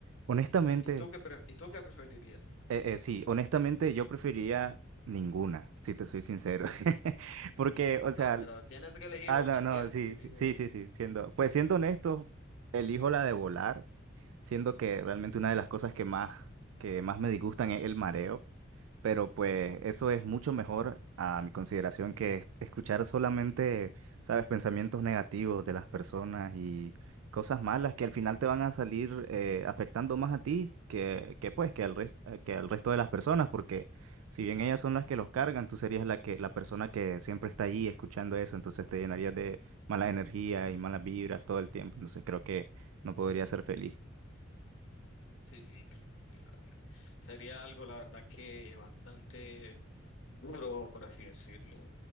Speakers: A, on the right (about 80°); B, on the left (about 70°).
A: Honestamente,
B: ¿Y tú qué, pre- y tú qué preferirías?
A: eh, eh, sí, honestamente yo preferiría ninguna, si te soy sincero. <laughs> Porque,
B: Mm,
A: o
B: No,
A: sea,
B: pero tienes que elegir
A: ah,
B: una,
A: no, no,
B: tienes
A: sí,
B: que elegir
A: sí, sí,
B: una.
A: sí, sí, siendo, pues siendo honesto, elijo la de volar siendo que realmente una de las cosas que más, que más me disgustan es el mareo, pero pues eso es mucho mejor a mi consideración que es- escuchar solamente, sabes, pensamientos negativos de las personas y cosas malas que al final te van a salir eh, afectando más a ti que, que pues que al res- eh, que al resto de las personas, porque si bien ellas son las que los cargan, tú serías la que la persona que siempre está allí escuchando eso, entonces te llenarías de mala energía y malas vibras todo el tiempo, entonces creo que no podría ser feliz.
B: Sí, cl- claro, claro. Sería algo, la verdad, que bastante duro, por así decirlo.